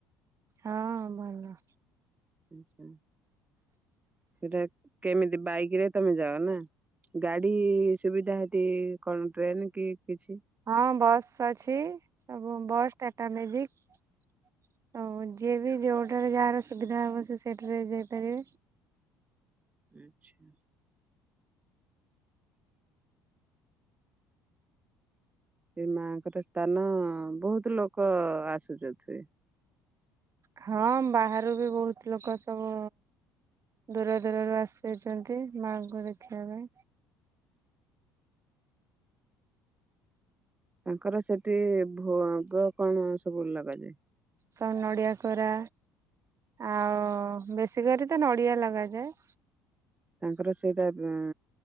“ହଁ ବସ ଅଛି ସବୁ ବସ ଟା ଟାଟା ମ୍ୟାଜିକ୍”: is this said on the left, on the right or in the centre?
Right